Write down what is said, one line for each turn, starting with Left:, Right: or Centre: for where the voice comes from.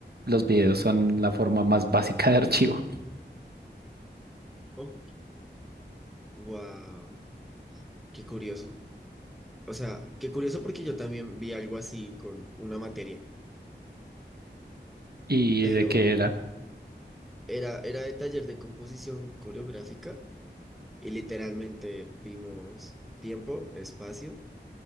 Right: los videos son la forma más básica de archivo.
Centre: Ok. Wow. Qué curioso. O sea, qué curioso porque yo también vi algo así con una materia,
Right: ¿Y
Centre: pero
Right: de qué era?
Centre: era, era de taller de composición coreográfica y literalmente vimos tiempo, espacio,